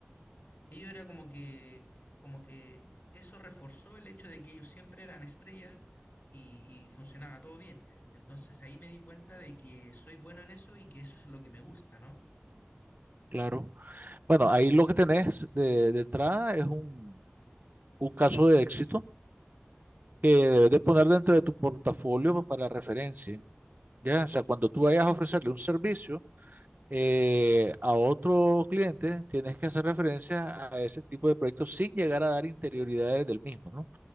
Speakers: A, on the left; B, on the right.
A: ellos era como que, como que eso reforzó el hecho de que ellos siempre eran estrellas y, y funcionaba todo bien. Entonces ahí me di cuenta de que soy bueno en eso y que eso es lo que me gusta, ¿no?
B: claro. Bueno, ahí lo que tenés de, de entrada es un, un caso de éxito que debes de poner dentro de tu portafolio para referencia, ¿ya? O sea, cuando tú vayas a ofrecerle un servicio, eh, a otro cliente, tienes que hacer referencia a ese tipo de proyectos sin llegar a dar interioridades del mismo, ¿no?